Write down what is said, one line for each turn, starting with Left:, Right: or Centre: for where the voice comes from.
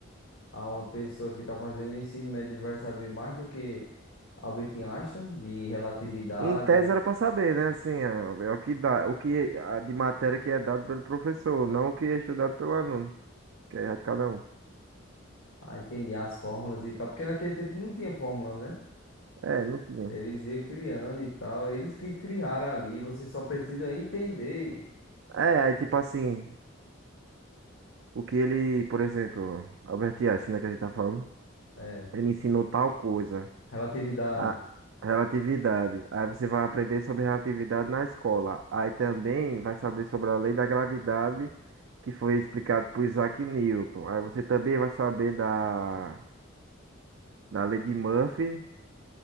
Left: a uma pessoa que está fazendo ensino médio, ele vai saber mais do que Albert Einstein de relatividade.
Right: Em tese era para saber, né? Assim, ah, é o que dá, o que a de matéria que é dado pelo professor, não o que é estudado pelo aluno, que é de cada um.
Left: Ah, entendi as fórmulas e tal, porque naquele tempo não tinha fórmula, né?
Right: É, não tinha.
Left: Eles iam criando e tal, eles que criaram ali, você só precisa entender.
Right: É, aí tipo assim, o que ele, por exemplo, Albert Einstein, né, que a gente tá falando,
Left: É,
Right: ele ensinou tal coisa,
Left: relatividade.
Right: a relatividade. Aí você vai aprender sobre relatividade na escola. Aí também vai saber sobre a lei da gravidade, que foi explicado por Isaac Newton. Aí você também vai saber da, da lei de Murphy,